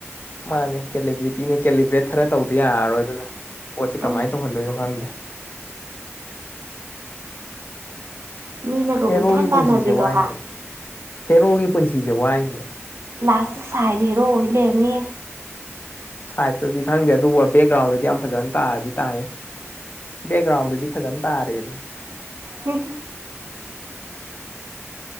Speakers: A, on the left (about 40°); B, on the right (about 65°).
A: ꯃꯥꯅꯦ ꯀꯦꯂꯤꯕ꯭ꯔꯤꯇꯤꯅꯦ ꯀꯦꯂꯤꯕ꯭ꯔꯦꯠ ꯈꯔ ꯇꯧꯗ ꯌꯥꯔꯔꯣꯏ ꯑꯗꯨꯅ ꯄꯣꯠꯁꯦ ꯀꯃꯥꯏꯅ
B: ꯎꯝ
A: ꯇꯧꯍꯟꯗꯣꯏꯅꯣ ꯈꯪꯗꯦ꯫
B: ꯃꯤꯅꯒ
A: ꯍꯦꯔꯣꯒꯤ
B: ꯀꯣꯏꯇꯥꯟ
A: ꯄꯨꯟꯁꯤꯁꯦ
B: ꯇꯥꯟꯅꯕꯤꯗꯣ
A: ꯋꯥꯏꯅꯦ
B: ꯍꯥ
A: ꯍꯦꯔꯣꯒꯤ ꯄꯨꯟꯁꯤꯁꯦ ꯋꯥꯏꯅꯦ
B: ꯂꯥꯁ ꯁꯥꯏꯗ ꯍꯦꯔꯣ ꯑꯣꯏ ꯂꯩꯔꯝꯅꯤ
A: ꯁꯥꯏꯗꯇꯗꯤ ꯈꯪꯗꯦ ꯑꯗꯨꯕꯨ ꯕꯦꯛꯒ꯭ꯔꯥꯎꯟꯗꯗꯤ ꯌꯥꯝ ꯐꯖꯅ ꯇꯥꯔꯗꯤ ꯇꯥꯏꯌꯦ ꯕꯦꯛꯒ꯭ꯔꯥꯎꯟꯗꯗꯤ ꯐꯖꯅ ꯇꯥꯔꯦ ꯑꯗꯨ
B: ꯍꯨ